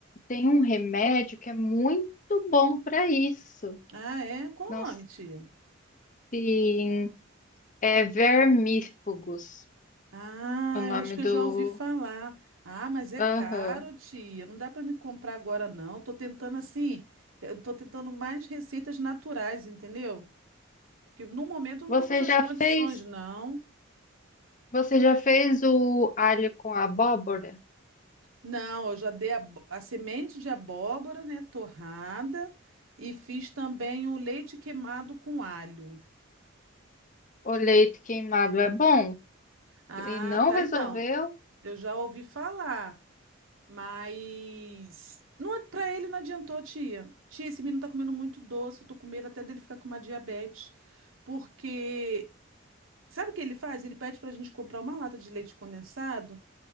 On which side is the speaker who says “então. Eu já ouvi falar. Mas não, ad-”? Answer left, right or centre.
Right